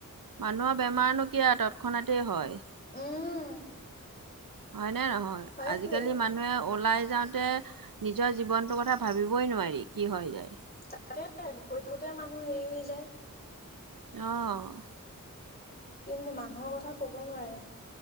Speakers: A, on the right; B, on the left.
A: মানুহৰ বেমাৰনো কি আৰু তৎক্ষণাতেই হয়।
B: উম।
A: হয়নে নহয়,
B: সেইটোৱে।
A: আজিকালি মানুহে ওলাই যাওঁতে নিজৰ জীৱন টো কথা ভাবিবই নোৱাৰি কি হৈ যায়।
B: <unintelligible> কৰি থাকোতে মানুহ হেৰি হৈ যায়।
A: অ
B: কিন্তু মানুহৰ কথা ক'ব নোৱাৰে।